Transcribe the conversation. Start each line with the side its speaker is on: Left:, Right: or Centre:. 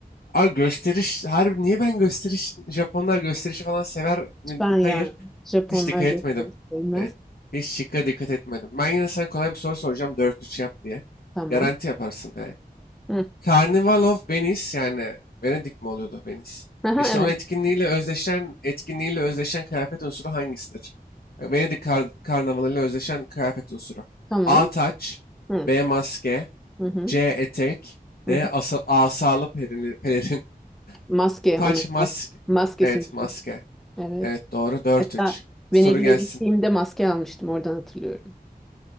Left: abi gösteriş. Harbi niye ben gösteriş? Japonlar gösterişi falan sever mi?
Centre: Ben ya.
Left: Hayır.
Centre: Japonlar
Left: Hiç dikkat
Centre: gösteriş
Left: etmedim.
Centre: sevmez.
Left: Evet. Hiç şıkka dikkat etmedim. Ben yine sana kolay bir soru soracağım. dört üç yap diye.
Centre: Tamam.
Left: Garanti yaparsın. Yani.
Centre: Hı.
Left: Carnival of Venice yani Venedik mi oluyordu Venice?
Centre: Aha,
Left: İşte
Centre: evet.
Left: onun etkinliğiyle özdeşen etkinliğiyle özdeşen kıyafet unsuru hangisidir? E, Venedik kar- karnavalıyla özdeşen kıyafet unsuru.
Centre: Tamam.
Left: A taç,
Centre: Hı.
Left: B maske,
Centre: Hı hı.
Left: C etek,
Centre: Hı
Left: D
Centre: hı.
Left: asa- asalı perili- pelerin.
Centre: Maske
Left: <laughs> Taç
Centre: onun
Left: maske.
Centre: mas- maskesi.
Left: Evet
Centre: meşhur.
Left: maske.
Centre: Evet.
Left: Evet doğru dört
Centre: Hatta
Left: üç. Soru
Centre: Venedik'e
Left: gelsin.
Centre: gittiğimde maske almıştım. Oradan hatırlıyorum.